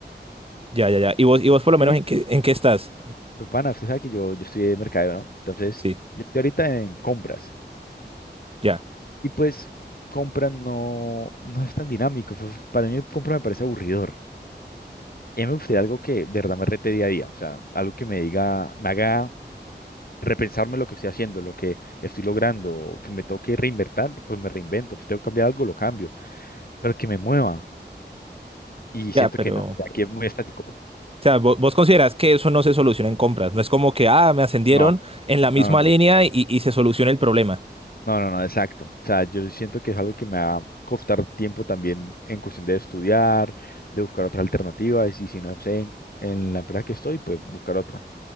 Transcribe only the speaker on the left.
Sí.
Pues, pana, usted sabe que yo, yo estudié mercadeo, ¿no? Entonces,
yo estoy ahorita en compras.
Y pues Compra no, no es tan dinámico. Fue- Para mí Compra me parece aburridor. Y a mí me gustaría algo que de verdad me rete día a día. O sea, algo que me diga, me haga repensarme lo que estoy haciendo, lo que estoy logrando, o que me toque reinventar, pues me reinvento. Si tengo que cambiar algo, lo cambio. Pero que me mueva. Y siento
que no, que aquí es muy estático.
No,
no, no, no.
No, no, no, exacto. O sea, yo siento que es algo que me va a costar tiempo también en cuestión de estudiar, de buscar otras alternativas, y si si no sé en, en la empresa que estoy, pues buscar otra.